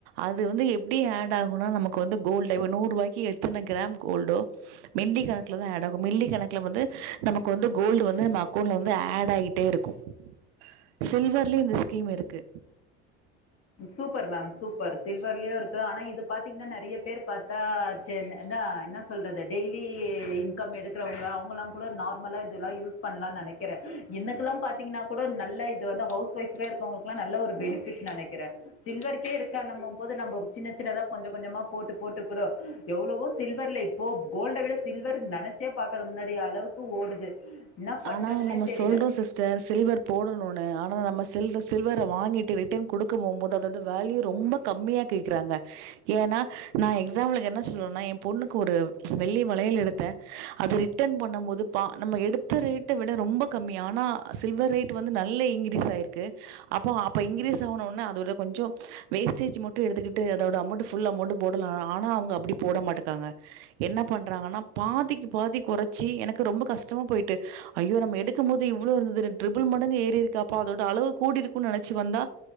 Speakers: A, on the right (about 70°); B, on the left (about 40°).
A: அது வந்து எப்டி ஆட் ஆகும்னா நமக்கு வந்து கோல்டு இப்போ நூறு வாய்க்கு எத்தன கிராம் கோல்டோ மில்லி கணக்குல தா ஆட் ஆகு மில்லி கணக்கில வந்து நமக்கு வந்து கோல்டு வந்து நம்ம அக்கௌண்ட்ல வந்து ஆட் ஆகிட்டே இருக்கும் சில்வர்லே இந்த ஸ்கிம் இருக்கு
B: சூப்பர் மேம் சூப்பர் சில்வர்லயு இருக்கு ஆனா இது பாத்தீங்கன்னா நிறைய பேர் பாத்தா ஜெம் என்ன சொல்றது டெய்லி இன்கம் எடுக்கறவுங்க அவங்கலா கூட நார்மலா இதெல்லா யூஸ் பண்ணலாம்னு நெனைக்கிறே என்னக்குல்லா பாத்தீங்கன்னா கூட நல்ல இது வந்து ஹவுஸ் ஒய்ஃப்கே இருக்கவங்களுக் கெல்லா நல்ல ஒரு பெனிபிட் நெனைக்கிறே சில்வருக்கே இருக்கானம் போது நம்ம சின்ன சின்னதா கொஞ்ச கொஞ்சமா போட்டு போட்டுக்றோ எவ்ளவோ சில்வர்ல இப்போ கோல்ட விட சில்வர் நெனைச்சே பாக்காத முன்னாடி அளவுக்கு ஓடுது என்ன பண்றதுனே
A: ஆனா நம்ம
B: தெரில
A: சொல்றோ சிஸ் ச சில்வர் போடணுன்ணு ஆனா நம்ம சில் சில்வரை வாங்கிட்டு ரிட்டர்ன் குடுக்கப் போம்போது அதோட வேல்யு ரொம்ப கம்மியா கேக்குறாங்க ஏன்னா நா எக்ஸாம்பிளுக்கு என்ன சொல்ரேனா ஏ பொண்ணுக்கு ஒரு வெள்ளி மளையல் எடுத்தே அது ரிட்டன் பண்ணு போது பா நம்ம எடுத் த ரேட்ட விட ரொம்ப கம்மி ஆனா சில்வர் ரேட் வந்து நல்லா இன்க்ரீஸ் ஆகிருக்கு அப்ப அப்ப இன்கிரீஸ் ஆனவுட அதோட கொஞ்சோ வேஸ்டேஜ் மட்டு எடுத்துக்கிட்டு அதோட அமௌண்ட் ஃபுல் அமௌண்ட் போடலா ஆனா அவங்க அப்டி போட மாட்டுக்காங்க என்ன பண்றாங்கன்னா பாதிக்கு பாதி குறைச்சி எனக்கு ரொம்ப கஷ்டமா போயிட்டு ஐயோ நம்ம எடுக்கும்போது இவ்வளவு இருந்துது ட்ரிபிள் மடங்கு ஏறி இருக்கு அப்போ அதோட அளவு கூடி இருக்குன்னு நினைச்சு வந்தா